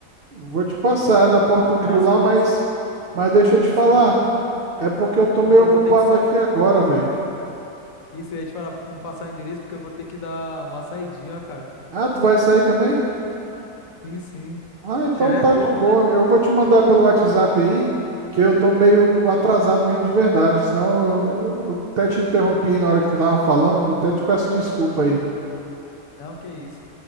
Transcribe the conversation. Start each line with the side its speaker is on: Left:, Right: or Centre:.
Right: vou te passar, é na Porto Grill
Left: Passa
Right: lá,
Left: o endereço,
Right: mas, mas deixa
Left: isso,
Right: eu te falar.
Left: porque eu,
Right: É porque eu tô
Left: porque
Right: meio ocupado
Left: eu vou ter que sair.
Right: aqui agora, velho.
Left: Isso, eu ia te falar pra tu me passar o endereço, porque eu vou ter que dar uma saidinha, ó, cara.
Right: Ah, tu vai sair também?
Left: Sim, sim.
Right: Ah, então
Left: Se tiver
Right: tá
Left: como,
Right: de boa.
Left: né?
Right: Eu vou te mandar pelo WhatsApp aí, porque eu tô meio atrasado mesmo de verdade. Senão eu, eu até te interrompi na hora que tu tava falando, eu até te peço desculpa aí.
Left: Não, que isso.